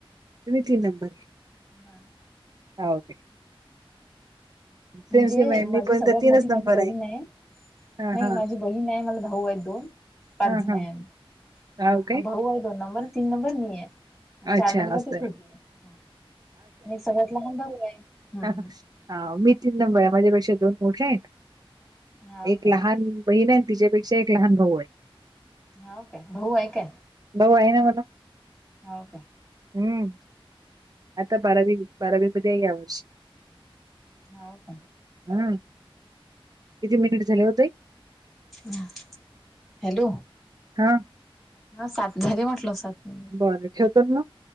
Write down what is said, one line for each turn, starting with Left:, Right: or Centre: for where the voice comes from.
Right: तुमी तीन नंबर ये.
Centre: हा.
Right: हाव काय
Centre: म्हणजे
Right: सेम सेम आहे
Centre: माझी
Right: मी पण
Centre: सगळ्यात
Right: तर
Centre: मोठी माझी
Right: नंबर
Centre: बहीण आहे.
Right: हां,
Centre: नाही
Right: हां.
Centre: माझी बहीण ये मला भाऊ आहेत दोन पाच
Right: हां,
Centre: जण
Right: हां.
Centre: आहे आम्ही.
Right: हाव
Centre: हा
Right: काय?
Centre: भाऊ आहे दोन नंबर तीन नंबर मी ये. अन
Right: अच्छा
Centre: चार नंबर
Right: असं
Centre: ती
Right: आहे.
Centre: छोटी ये. हा आणि सगळ्यात लहान भाऊ आहे. हम्म
Right: हा
Centre: हम्म
Right: मी तीन नंबर ये माझ्या पेक्षा दोन मोठ्या येत
Centre: हाव
Right: एक
Centre: काय
Right: लहान बहीण ये आणि तिच्यापेक्षा एक लहान भाऊ आहे.
Centre: हाव काय भाऊ आहे काय?
Right: भाऊ आहे ना मला.
Centre: हाव काय
Right: हम्म आता बारावी बारावीमध्येय यावर्षी.
Centre: हाव काय
Right: हूं किती मिनिट झाले ओ ताई
Centre: ह हॅलो
Right: हा.
Centre: हा सात झाले म्हटलं सात. मिनिट
Right: बरं ठेवतात म